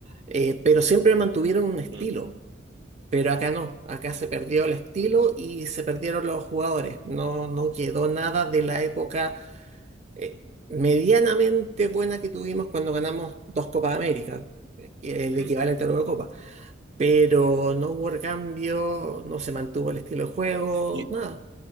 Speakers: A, on the right; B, on the right.
A: Eh, pero siempre mantuvieron un estilo.
B: mm.
A: Pero acá no, acá se perdió el estilo y se perdieron los jugadores. No, no quedó nada de la época eh, medianamente buena que tuvimos cuando ganamos dos Copas América, eh, el equivalente
B: mm.
A: a la Eurocopa. Pero no hubo cambio, no se mantuvo el estilo de juego,
B: Y,
A: nada.